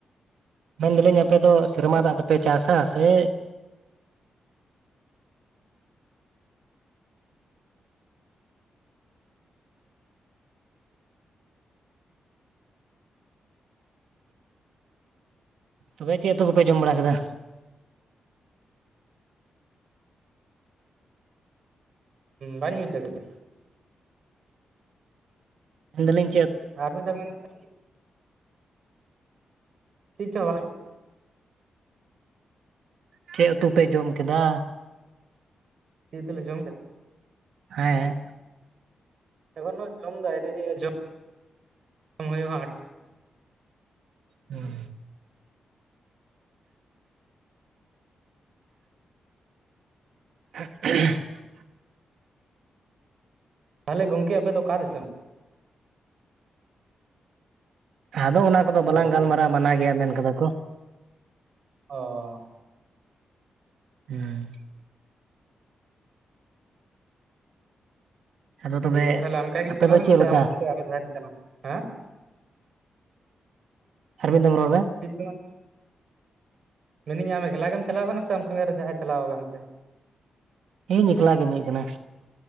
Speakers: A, on the right; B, on the right.
A: ᱢᱮᱱᱫᱟᱞᱤᱧ ᱟᱯᱮ ᱫᱚ ᱥᱮᱨᱢᱟ ᱫᱟᱜ ᱫᱚᱯᱮ ᱪᱟᱥᱟ ᱥᱮ ᱛᱚᱵᱮ ᱪᱮᱫ ᱩᱛᱳ ᱠᱚᱯᱮ ᱡᱚᱢ ᱵᱟᱲᱟ ᱠᱮᱫᱟ
B: ᱵᱟᱹᱧ ᱵᱩᱡᱽ ᱫᱟᱲᱮᱣᱫᱟ
A: ᱢᱮᱱ ᱫᱟᱞᱤᱧ
B: ᱟᱨ ᱢᱤᱫ ᱫᱷᱟᱣ ᱢᱮᱱ ᱢᱮᱥᱮ ᱪᱮᱫ ᱪᱚ ᱵᱟᱝ ᱟᱡᱚᱢᱚᱜ <unintelligible>
A: ᱪᱮᱫ ᱩᱛᱩ ᱯᱮ ᱡᱚᱢ ᱠᱮᱫᱟ
B: ᱪᱮᱫ ᱩᱛᱩᱞᱮ ᱡᱚᱢ ᱠᱮᱫᱟ
A: ᱦᱮᱸ
B: ᱮᱠᱷᱚᱱ ᱫᱚ ᱡᱚᱢ ᱫᱚ ᱟᱹᱣᱨᱤ ᱦᱩᱭᱩᱜ ᱟ ᱡᱚᱢ ᱦᱩᱭᱩᱜᱼᱟ ᱟᱴ <unintelligible>
A: ᱦᱩᱸ <inaudible>
B: ᱛᱟᱦᱚᱞᱮ ᱜᱚᱢᱠᱮ ᱟᱯᱮ ᱚᱠᱟ ᱫᱤᱥᱚᱢ
A: ᱟᱫᱚ ᱚᱱᱟ ᱠᱚᱫᱚ ᱵᱟᱞᱟᱝ
B: ᱦᱮᱞᱳ
A: ᱜᱟᱞᱢᱟᱨᱟᱼᱟ ᱢᱟᱱᱟ ᱜᱮᱭᱟ ᱢᱮᱱ ᱠᱟᱫᱟ ᱠᱚ
B: ᱚ
A: ᱦᱩᱸ ᱟᱫᱚ ᱛᱚᱵᱮ
B: ᱫᱤᱭᱟ ᱯᱚᱨ ᱛᱟᱦᱚᱞᱮ ᱟᱢ ᱮᱠᱞᱟ ᱜᱮᱢ
A: ᱟᱯᱮ
B: ᱪᱟᱞᱟᱣᱱᱟ
A: ᱫᱚ ᱪᱮᱫ
B: ᱥᱮ
A: ᱞᱮᱠᱟ
B: ᱟᱢ ᱥᱟᱶᱛᱮ ᱟᱨᱚ ᱡᱟᱦᱟᱸᱭ ᱯᱮ ᱪᱟᱞᱟᱜᱼᱟ ᱦᱟ
A: ᱟᱨ ᱢᱤᱫ ᱫᱷᱟᱢ ᱨᱚᱲ ᱢᱮ
B: <unintelligible> ᱢᱮᱱᱤᱹᱧ ᱟᱢ ᱮᱠᱞᱟ ᱜᱮᱢ ᱪᱟᱞᱟᱣ ᱠᱟᱱᱟ ᱥᱮ ᱟᱢ ᱥᱚᱸᱜᱮᱨᱮ ᱡᱟᱦᱟᱸᱭ ᱪᱟᱞᱟᱣ ᱟᱠᱟᱱᱛᱮ
A: ᱤᱧ ᱮᱠᱞᱟ ᱜᱮᱤᱧ ᱦᱮᱡ ᱟᱠᱟᱱᱟ